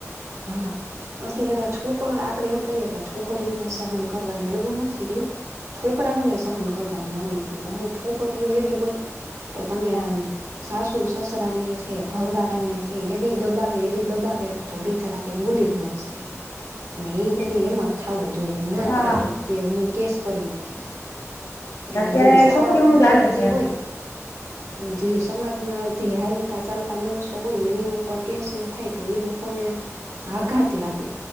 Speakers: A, on the right; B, on the left.
A: હા. અત્યારે છોક આપડે એમ કહીયે કે છોકરીઓને સહન કરવાનું એવું નથી રહ્યું છોકરાઓને સહન કરવાનું આવી ગયું છે, અમુક છોકરીઓ એવી હોય તો તમે
B: હા
A: આમ સાસુ-સસરા ને છે, ઘર વાળા ને છે, એવી દબાવે એવી દબાવે તો બિચારા કઈ બોલી જ ના શકે, અને
B: એ
A: ઈ કયે
B: છે
A: એમ જ થાવું જોઈ, ના
B: હા
A: થાય તો-તો કે હું કેસ કરી નાખીશ. એટલે
B: અત્યારે
A: હજી સારા
B: છોકરીઓનું
A: વ્યક્તિ
B: જ હાલે છે એમ
A: હોય જે સમાજમાં જે હાલતા ચાલતા માણસો હોય એની ઉપર કેસ ના થાય તો એ લોક કો ને આઘાત લાગે,